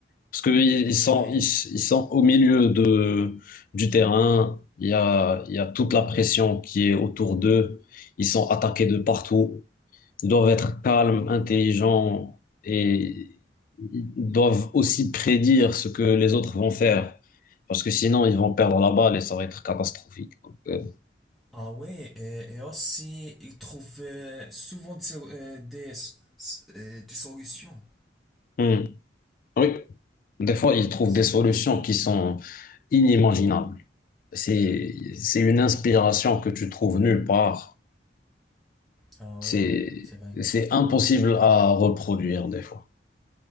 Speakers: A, on the left; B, in the centre.
A: Parce qu'ils ils
B: Oui.
A: ils sont, ils, ils sont au milieu de, du terrain, il y a, il y a toute la pression qui est autour d'eux, ils sont attaqués de partout, ils doivent être calmes, intelligents et ils doivent aussi prédire ce que les autres vont faire. Parce que sinon, ils vont perdre la balle et ça va être catastrophique. Donc, euh,
B: Ah ouais, et, et aussi, ils trouvent euh, souvent de so- euh, des, s- s- euh, des solutions.
A: hmm. Oui. Des fois, ils trouvent
B: Oui, c'est
A: des solutions
B: bien.
A: qui sont inimaginables. C'est, c'est une inspiration que tu trouves nulle part.
B: Ah
A: C'est,
B: oui, c'est vrai.
A: c'est impossible à reproduire des fois.